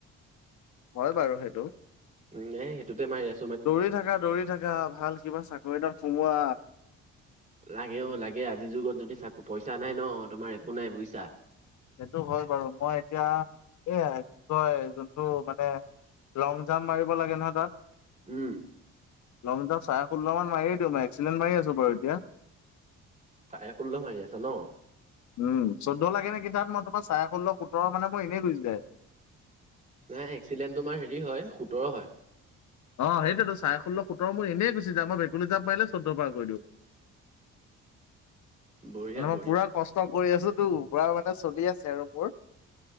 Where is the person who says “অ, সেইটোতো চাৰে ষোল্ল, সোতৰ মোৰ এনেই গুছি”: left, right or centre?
Left